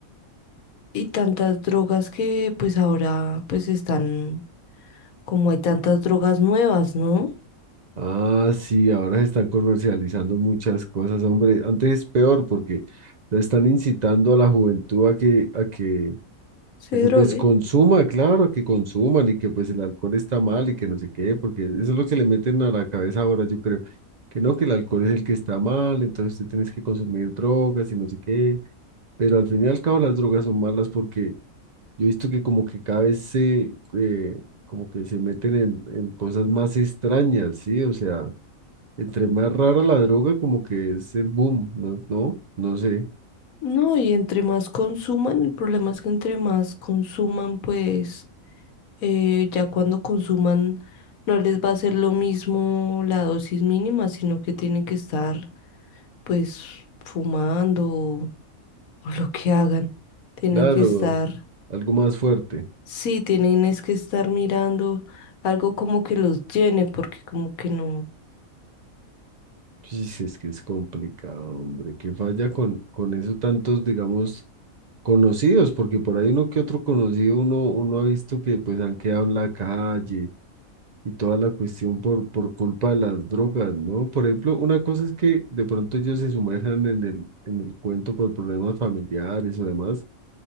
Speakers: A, on the left (about 80°); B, on the right (about 65°).
A: y tantas drogas que pues ahora pues están, como hay tantas drogas nuevas, ¿no?
B: Ah, sí, ahora se están comercializando muchas cosas, hombre. Antes es peor porque se están incitando a la juventud a que, a que,
A: Se
B: a que
A: drogue.
B: pues consuma, claro, a que consuman y que pues el alcohol está mal y que no sé qué, porque eso es lo que le meten a la cabeza ahora, yo creo, que no, que el alcohol es el que está mal, entonces tú tienes que consumir drogas y no sé qué, pero al fin y al cabo las drogas son malas porque yo he visto que como que cada vez se, eh, como que se meten en, en cosas más extrañas, ¿sí? O sea... Entre más rara la droga, como que es el boom, ¿no? No, no sé.
A: No, y entre más consuman, el problema es que entre más consuman, pues eh, ya cuando consuman no les va a ser lo mismo la dosis mínima, sino que tienen que estar pues fumando o, o lo que hagan. Tienen
B: Claro,
A: que estar,
B: algo más fuerte.
A: sí, tienen es que estar mirando algo como que los llene, porque como que no.
B: Sí, es que es complicado, hombre. Qué falla con, con eso tantos, digamos, conocidos, porque por ahí uno que otro conocido, uno, uno ha visto que pues han quedado en la calle y toda la cuestión por, por culpa de las drogas, ¿no? Por ejemplo, una cosa es que de pronto ellos se sumerjan en el, en el cuento por problemas familiares o demás,